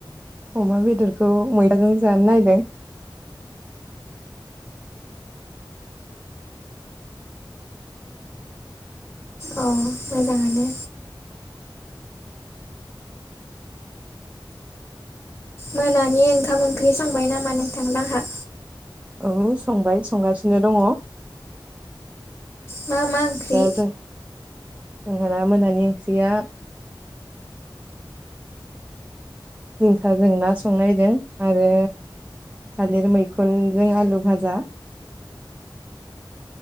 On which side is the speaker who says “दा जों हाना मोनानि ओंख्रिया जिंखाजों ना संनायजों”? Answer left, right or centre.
Right